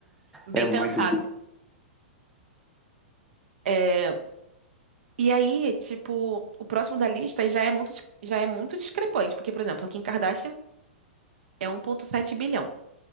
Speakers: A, on the right; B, in the centre.
A: Bem
B: É muito
A: pensado.
B: dinheiro.
A: É, E aí, tipo, o próximo da lista já é muito, dis- já é muito discrepante, porque, por exemplo, a Kim Kardashian é um ponto sete bilhão.